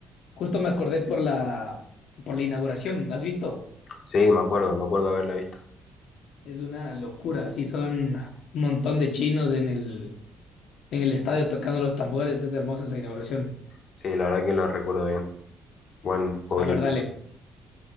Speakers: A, on the left; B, on the left.
A: Justo me acordé por la, por la inauguración, ¿has visto?
B: Sí, me acuerdo, me acuerdo haberla visto.
A: Es una locura, sí, son un montón de chinos en el, en el estadio tocando los tambores, es hermosa esa inauguración.
B: Sí, la verdad que lo recuerdo bien. Buen Juego
A: A
B: Olímpico.
A: ver, dale.